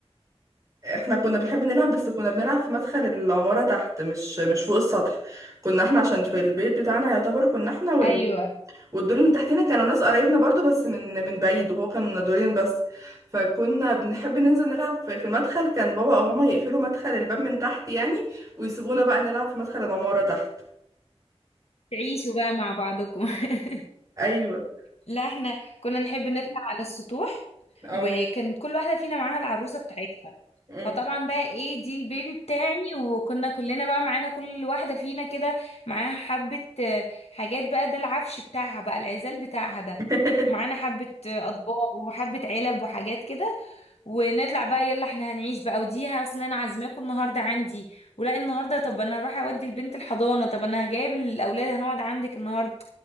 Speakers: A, on the right; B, on the left.
A: احنا كنا بنحب نلعب بس كنا بنلعب في مدخل العمارة تحت مش مش فوق السطح كنا احنا عشان في البيت بتاعنا يعتبر كنا احنا
B: ايوه
A: والدور اللي تحتنا كانوا ناس قرايبنا برضو بس من من بعيد وهو كان دورين بس فكنا بنحب ننزل نلعب في في المدخل كان بابا او ماما يقفلوا مدخل الباب من تحت يعني ويسيبونا بقى نلعب في مدخل العمارة تحت
B: تعيشوا بقى مع بعضكم <laughs>
A: ايوه
B: لا احنا كنا نحب نطلع على السطوح
A: اه
B: وكان كل واحدة فينا معاها العروسة بتاعتها
A: أمم.
B: فطبعا بقى ايه دي البيبي بتاعي وكنا كلنا بقى معانا كل واحدة فينا كده معاها حبة آه، حاجات بقى ده العفش بتاعها بقى العزال بتاعها ده
A: <laughs>
B: معانا حبة آه، أطباق وحبة علب وحاجات كده ونطلع بقى يلا احنا هنعيش بقى ودي اصل انا عازماكم النهارده عندي ولا النهارده طب انا هروح اودي البنت الحضانه طب انا جايب الاولاد هنقعد عندك النهارده